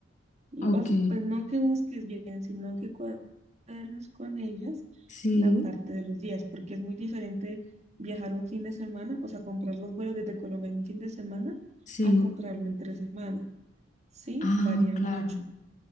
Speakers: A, on the right; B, on the left.
A: y,
B: Ok,
A: o sea, pues no que busques bien, sino que cuadres con ellas
B: sí,
A: la parte de los días, porque es muy diferente viajar un fin de semana, o sea, comprar los vuelos desde Colombia en un fin de semana
B: sí.
A: a comprarlo en tres semanas, ¿sí?
B: Ah,
A: Varía
B: claro.
A: mucho.